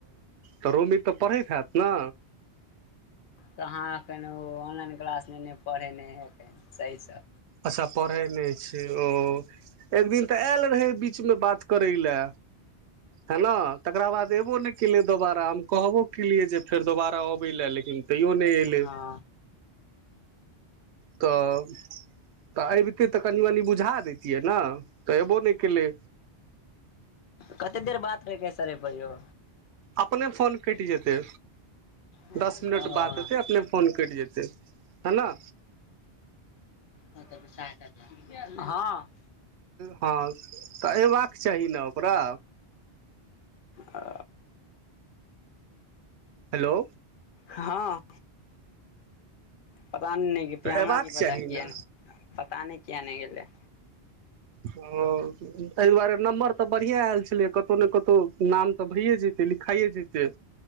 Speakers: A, on the right (about 80°); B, on the left (about 60°).
A: तऽ रोमी तऽ पढ़ैत हैत ने
B: कहाँ एखन ओ ऑनलाइन क्लास नहि नहि पढ़ै नहि हइखन सहीसँ
A: अच्छा पढ़ै नहि छै ओ एक दिन तऽ आयल रहै बीचमे बात करय लए हाँ तकरा बाद अयबो नहि केलै दोबारा हम कहबो केलियै जे फेर दोबारा अबै लए लेकिन तैयो नै एलै
B: हँ
A: तऽ तऽ अबितै तऽ कनि मनि बुझा देैतियै ने तऽ एयबो नहि केलै
B: कतेक देर बात भेलया सर एहि पर यौ
A: अपने फोन कैट जेतै
B: हँ
A: दस मिनट बाद हेतै अपने फोन कैट जेतै है ने
B: <inaudible> हाँ
A: हँ तऽ अयबाक चाही ने ओकरा
B: आ
A: हेलो
B: हँ पता नहि
A: तऽ
B: हमरा
A: अयबाक
B: की
A: चाही
B: पता किया
A: ने
B: नहि गेलै
A: ह एहि दुआरे नम्बर तऽ बढ़िया आयल छलियै कतहु ने कतहु नाम तऽ भइए जेतै लिखाइए जेतै